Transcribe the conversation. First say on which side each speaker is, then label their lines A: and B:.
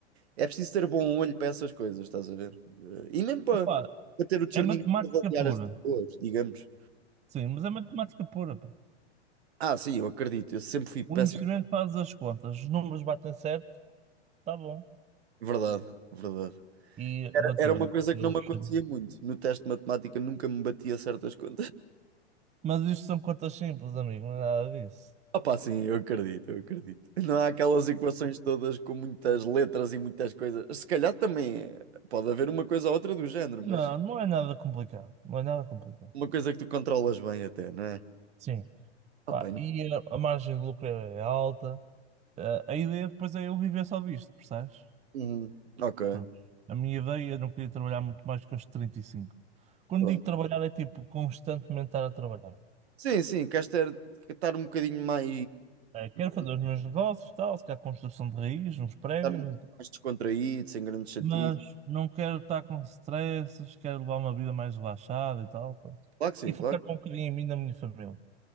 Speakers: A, on the right (about 65°); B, on the right (about 20°).
A: É preciso ter bom olho para essas coisas, estás a ver? Eh, E mesmo para,
B: opá,
A: para ter o discernimento
B: é matemática
A: de avaliar
B: pura,
A: as pessoas, digamos.
B: sim, mas é matemática pura, pá.
A: Ah, sim, eu acredito, eu sempre fui péssimo.
B: O investimento faz as contas, os números batem certo, está bom.
A: é Verdade, é verdade.
B: E bateram.
A: Era uma coisa
B: Eu
A: que não me
B: fechei.
A: acontecia muito. No teste de matemática nunca me batia certas contas.
B: Mas isto são contas simples, amigo, não é nada disso.
A: <laughs> Opa, sim, eu acredito, eu acredito. Não há aquelas equações todas com muitas letras e muitas coisas. Se calhar também é. pode haver uma coisa ou outra do género, mas
B: Não, não é nada complicado. Não é nada complicado.
A: uma coisa que tu controlas bem até, não é?
B: Sim.
A: Opa,
B: Pá,
A: não-
B: e a, a margem de lucro é alta. Eh, a ideia depois é eu viver só disto, percebes?
A: Uhum. Ok,
B: Pronto. A minha ideia, eu não queria trabalhar muito mais que os 35. Quando
A: pronto.
B: digo trabalhar, é tipo constantemente estar a trabalhar.
A: Sim, sim, queres ter, estar um bocadinho mais,
B: Eh, quero fazer
A: eh,
B: os meus negócios, tal, se calhar construção de raiz, uns prédios
A: estar um- bocadinho
B: e tal.
A: mais descontraído, sem grandes chatices.
B: Mas não quero estar com stresses, quero levar uma vida mais relaxada e tal. pronto.
A: Claro que sim,
B: E focar
A: claro.
B: um bocadinho em mim e na minha família.